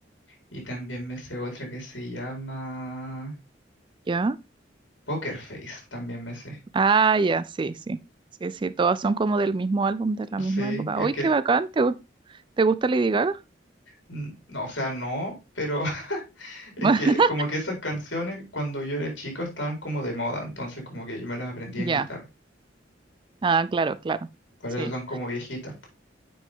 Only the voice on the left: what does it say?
Y también me sé otra que se llama
Poker Face, también me sé.
Sí,
es
que,
mm, no, o sea, no, pero <laughs> es
que como que esas canciones cuando yo era chico estaban como de moda, entonces como que yo me las aprendía
en guitarra.
Por
eso son como viejitas. po.